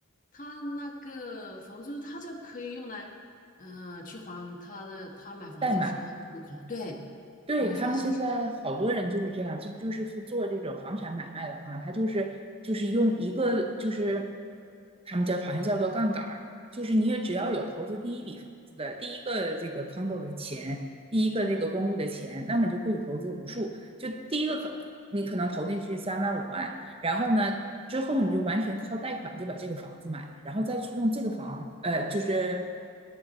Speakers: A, on the left (about 40°); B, on the right (about 25°).
A: 他那个房租他就可以用来，嗯、去还他的他买房子的时候付的款，
B: 代买，
A: 对。
B: 对，
A: 我会发现是这样，
B: 他们现在好多人就是这样，这不就是做这种房产买卖的话，他就是就是用一个就是他们叫好像叫做杠杆儿，就是你也只要有投资第一笔房子的第一个这个 condo 的钱，第一个这个公寓的钱，那么你就可以投资无数，就第一个可你可能投进去三万五万，然后呢之后你就完全靠贷款就把这个房子买了，然后再去用这个房呃就是。